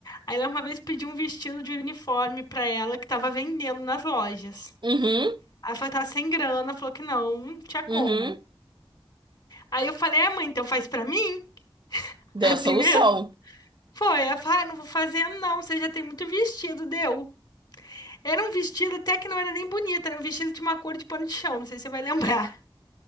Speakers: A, on the left; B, on the right.
A: Aí ela uma vez pediu um vestido de uniforme pra ela que tava vendendo nas lojas.
B: Uhum,
A: Aí ela falou que tava sem grana. Falou que não, não tinha como.
B: uhum.
A: Aí eu falei, é, mãe, então faz pra mim? <laughs>
B: Deu
A: Assim
B: a solução.
A: mesmo. Foi, ela falou, ah, não vou fazer não, você já tem muito vestido, deu. Era um vestido até que não era nem bonito, era um vestido de uma cor de pano de chão, não sei se você vai lembrar.